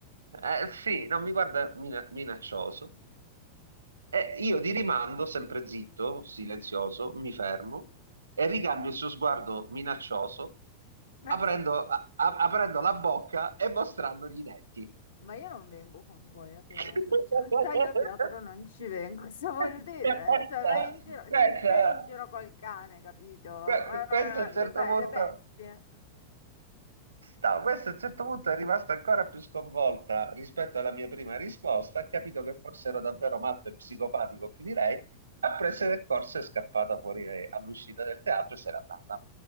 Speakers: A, on the right; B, on the left.
A: eh,
B: No.
A: sì, no, mi guarda mina- minaccioso. E io di rimando, sempre zitto, silenzioso, mi fermo e ricambio il suo sguardo minaccioso,
B: Beh,
A: aprendo,
B: sì.
A: a- a- aprendo la bocca e mostrandogli i denti.
B: Ma io non vengo con voi a teatro,
A: <laughs>
B: cioè con te io a teatro non ci vengo, cosa vuol
A: Questa,
B: dire? Cioè vai in giro,
A: questa,
B: non non eri in giro col cane, capito? Eh,
A: que- que- questo a un certo
B: cos'è,
A: punto.
B: le bestie?
A: No, questa a un certo punto è rimasta ancora più sconvolta rispetto alla mia prima risposta, ha capito che forse ero davvero matto e psicopatico più di lei, ha preso del corso e è scappata fuori eh, all'uscita del teatro e se n'è andata.